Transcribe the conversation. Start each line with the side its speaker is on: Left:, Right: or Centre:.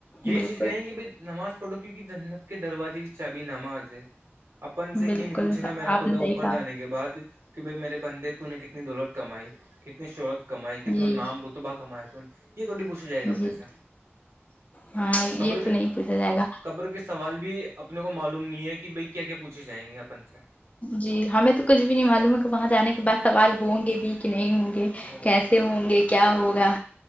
Right: یہی
Left: بالکل
Right: چیز کہیں گے بھی نماز پڑھو کیونکہ جنت کے دروازے کی چابی نماز ہے اپن سے
Left: بالکل
Right: یہ نہیں پوچھے گا میرا
Left: آپ
Right: خدا
Left: نے صحیح
Right: اوپر
Left: کہا
Right: جانے کے بعد کہ بھائی میرے بندے تو نے کتنی دولت کمائی کتنی شہرت کمائی کتنا
Left: جی
Right: نام رط بہ کمایا تو نے یہ تھوڑی پو چھا جائے گا اپنے
Left: جی
Right: سے
Left: ہاں یہ
Right: قبر کے
Left: تو نہیں پوچھا جائے گا
Right: قبر کے سوال بھی اپنے کو معلوم نہیں ہے کہ بھائی کیا کیا پوچھے جائیں گے اپن سے
Left: جی ہمیں تو کچھ بھی نہیں معلوم ہے کہ وہاں جانے کے بعد سوال ہوں گے بھی کہ نہیں ہوں گے
Right: ہوں
Left: کیسے
Right: گے
Left: ہوں گے کیا ہوگا